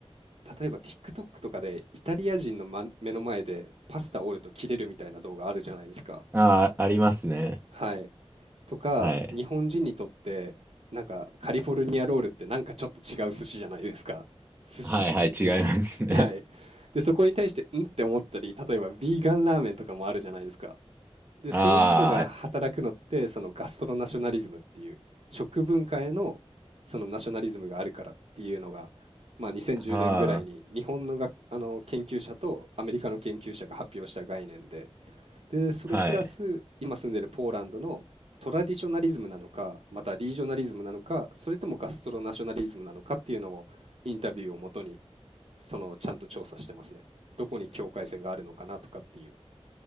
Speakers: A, on the right; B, on the right.
A: 例えば TikTok とかでイタリア人の、ま、目の前でパスタ折ると切れるみたいな動画あるじゃないですか。
B: ああ、ありますね。
A: はい。とか、
B: はい。
A: 日本人にとって、なんかカリフォルニアロールってなんかちょっと違う寿司じゃないですか。寿司っていい。
B: はいはい、違いますね。
A: はい。で、そこに対して、んって思ったり、例えばビーガンラーメンとかもあるじゃないですか。で、
B: <laughs> あ
A: そういうのが働くのって、そのガストロナショナリズムっていう、食文化へのそのナショナリズムがあるからっていうのが、まあ、2010年ぐらいに日本のがあの研究者とアメリカの研究者が発表した概念で、
B: あ、は
A: で、それプラス今住んでるポーランドのトラディショナリズムなのか、
B: あ、はい。
A: またリージョナリズムなのか、それともガストロナショナリズムなのかっていうのをインタビューをもとに、そのちゃんと調査してますね。どこに境界線があるのかなとかっていう。